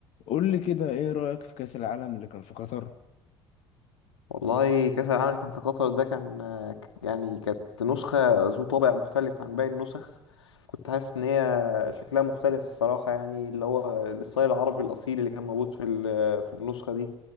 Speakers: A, on the left; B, on the left.
A: قول لي كده ايه رأيك في كأس العالم اللي كان في قطر
B: والله كأس العالم اللي كان في قطر ده كان آه، يعني كانت نسخة ذو طابع مختلف عن باقي النسخ كنت حاسس إن هي شكلها مختلف الصراحة يعني اللي هو الستايل العربي الأصيل اللي كان موجود في ال- في النسخة دي